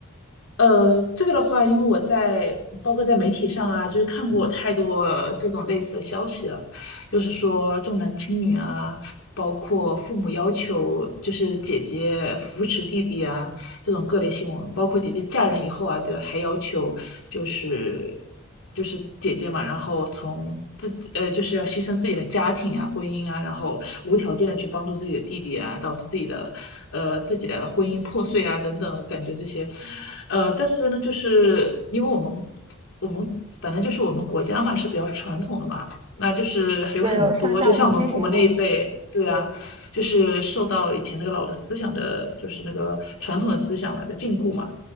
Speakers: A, on the left (about 75°); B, on the right (about 30°).
A: 呃，这个的话，因为我在包括在媒体上啊，就是看过太多这种类似的消息了，就是说重男轻女啊，包括父母要求就是姐姐扶持弟弟啊，这种各类新闻，包括姐姐嫁人以后啊，对还要求就是就是姐姐嘛，然后从自呃就是要牺牲自己的家庭啊、婚姻啊，然后无条件的去帮助自己的弟弟啊，导致自己的呃自己的婚姻破碎啊等等，我感觉这些，呃，但是呢，就是因为我们我们反正就是我们国家嘛是比较传统的嘛，那就是有很多就像我们父母那一辈，
B: 对，有上下五千年嘛，
A: 对啊，
B: 对
A: 就是受到以前那个老的思想的，就是那个传统的思想嘛的禁锢嘛，